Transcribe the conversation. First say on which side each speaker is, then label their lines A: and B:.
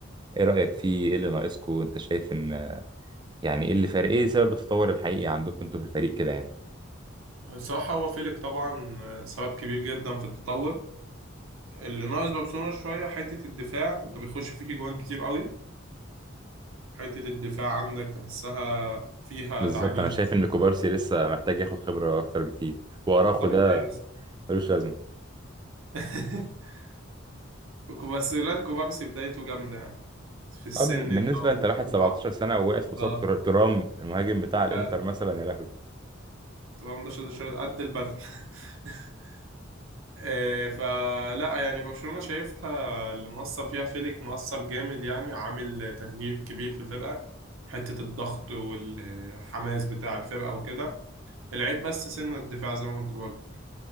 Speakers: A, on the right (about 20°); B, on the right (about 85°).
A: ايه رأيك فيه ايه اللي ناقصكم انت شايف ان يعني ايه اللي فارق ايه سبب التطور الحقيقي عندكم انتوا في الفريق كده يعني
B: الصراحة هو فيليك طبعا آه، سبب كبير جدا في التطور اللي ناقص برشلونة شوية حتة الدفاع أنت بيخش فيك جوان كتير قوي حتة الدفاع عندك تحسها فيها
A: بالظبط
B: تعجيز
A: انا شايف
B: بس
A: ان كوبارسي لسه محتاج ياخد خبرة اكتر بكتير واراخو
B: طبيعي
A: ده
B: بس
A: ملوش لازمه
B: <laughs> وكوفاسيلاتكو بقى، بس لا كوبارسي بدايته جامدة يعني في السن
A: اه بال- بالنسبة
B: ده
A: انت راحت
B: والعقل
A: 17 سنة وواقف قصاد
B: اه
A: تر- ترام المهاجم بتاع الانتر
B: آه،
A: مثلا يا لهوي
B: تمام ده شو- شو- قد البغل <laughs> آه، فلا يعني برشلونة شايفها اللي مؤثر فيها فيليك مؤثر جامد يعني عامل تغيير كبير في الفرقة حتة الضغط والحماس بتاع الفرقة وكده العيب بس سن الدفاع زي ما كنت بقول